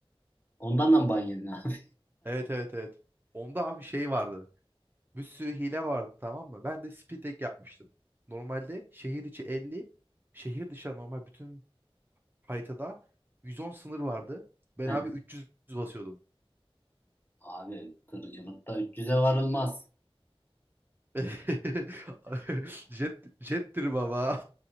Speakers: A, on the left; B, on the right.
A: Ondan da mı ban yedin abi?
B: Evet evet evet. Onda abi şey vardı. Bir sürü hile vardı tamam mı? Ben de speed hack yapmıştım. Normalde şehir içi 50, şehir dışı normal bütün haritada 110 sınır vardı. Ben
A: <laughs>
B: abi 300 basıyordum.
A: Abi tırcılıkta 300'e varılmaz.
B: <laughs> Jet, jettir baba.